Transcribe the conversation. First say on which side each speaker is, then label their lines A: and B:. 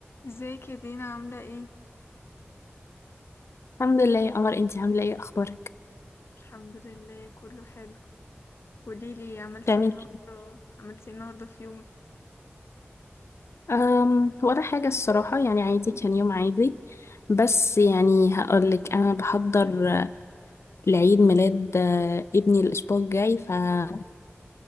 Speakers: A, on the left; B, on the left.
A: ازيك يا دينا عاملة ايه؟
B: الحمد لله يا قمر انتي عامله ايه اخبارك
A: الحمد لله كله حلو قوليلي عملتي
B: بتعملي
A: ايه النهاردة
B: ايه
A: عملتي ايه النهاردة في يومك؟
B: أم ولا حاجه الصراحه يعني عادي كان يوم عادي بس يعني هقولك انا بحضر آه، لعيد ميلاد آه، ابني الاسبوع الجاي فبشوف